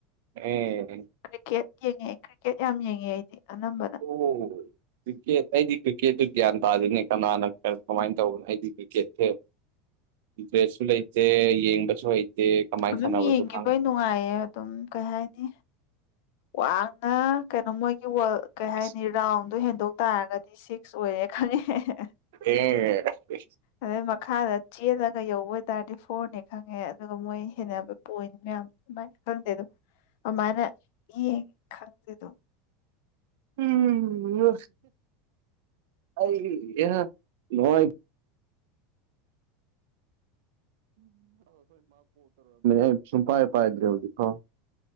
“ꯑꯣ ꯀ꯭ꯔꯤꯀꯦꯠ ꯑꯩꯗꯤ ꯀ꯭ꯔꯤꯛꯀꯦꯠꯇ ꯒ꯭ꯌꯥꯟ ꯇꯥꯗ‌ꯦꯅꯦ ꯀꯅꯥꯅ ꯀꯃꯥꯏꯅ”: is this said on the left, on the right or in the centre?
Right